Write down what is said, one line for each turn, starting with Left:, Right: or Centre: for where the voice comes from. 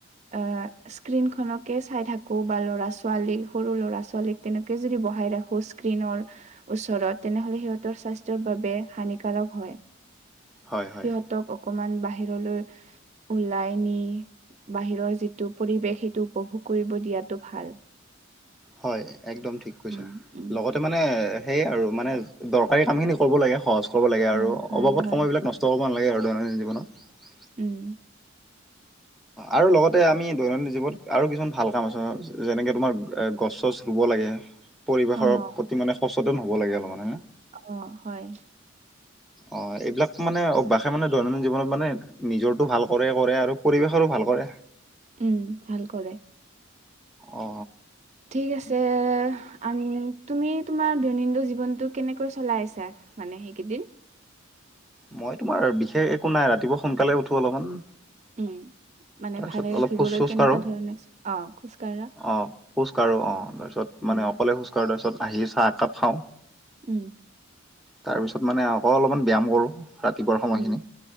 Right: আহ স্ক্ৰীনখনকে চাই থাকো বা ল'ৰা-ছোৱালী, সৰু ল'ৰা-ছোৱালীক তেনেকে যদি বস হাই ৰাখো স্ক্ৰীনৰ ওচৰত তেনেহলে সিহঁতৰ স্বাস্থ্যৰ বাবে হানিকাৰক হয়।
Centre: হয়, হয়,
Right: সিহঁতক অকমান বাহিৰলৈ ওলাই নি বাহিৰৰ যিটো পৰিৱেশ সেইটো উপভোগ কৰিব দিয়াটো ভাল।
Centre: হয়, একদম ঠিক কৈছা,
Right: উম, উম।
Centre: লগতে মানে সেয়ে আৰু মানে দৰকাৰী কামখিনি কৰিব লাগে, সহজ কৰিব লাগে
Right: হয়,
Centre: আৰু
Right: হয়,
Centre: অবাবত
Right: হয়,
Centre: সময়বিলাক নষ্ট কৰিব না লাগে আৰু দৈনন্দিন জীৱনত।
Right: উম।
Centre: আৰু লগতে আমি দৈনন্দিন জীৱনত আৰু কিছুমান ভাল কাম আছে যেনেকে তোমাৰ গছ-চছ ৰুব লাগ পৰিবেশৰ
Right: অ',
Centre: প্ৰতি মানে সচেতন হব লাগে অলপ মানে হ
Right: অ, হয়।
Centre: অ, এইবিলাক মানে অভ্যাসে মানে দৈনন্দিন জীৱনত মানে নিজৰটো ভাল কৰে কৰে আৰু পৰিৱেশৰো ভাল কৰে।
Right: উম, ভাল কৰে।
Centre: অ
Right: ঠিক আছে, আ তুমি তোমাৰ দৈনন্দিন জীৱনটো কেনেকৈ চলাই আছা মানে। এইকেইদিন
Centre: মই তোমাৰ বিশেষ একো নাই ৰাতিপুৱা সোনকালে উঠো অলপমান
Right: উম। মানে
Centre: তাৰপিছত
Right: ভালে ৰাখিবলৈ
Centre: অলপ খোজ-চোজ
Right: কেনেকুৱা
Centre: কাঢ়ো,
Right: ধৰণে অ খোজকাঢ়া
Centre: অ খোজ কাঢ়ো অ, তাৰপিছত
Right: উম
Centre: মানে নে অকলে খোজ কাঢ়ো, তাৰপিছত আহি চাহ একাপ খাওঁ।
Right: উম।
Centre: তাৰপিছত মানে আকৌ অলপমান ব্যায়াম কৰোঁ ৰাতিপুৱাৰ সময়খিনি,
Right: উম